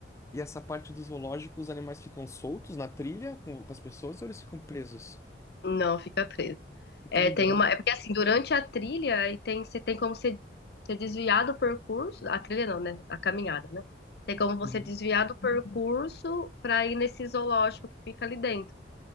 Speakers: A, on the left (about 15°); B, on the left (about 60°).
A: E essa parte do zoológico, os animais ficam soltos na trilha com, com as pessoas ou eles ficam presos?
B: Não, fica preso. É,
A: Que legal.
B: tem uma, é porque, assim, durante a trilha, aí tem, você tem como você, você desviar do percurso, a trilha não, né? A caminhada, né? Tem como você
A: Uhum.
B: desviar do percurso para ir nesse zoológico que fica ali dentro.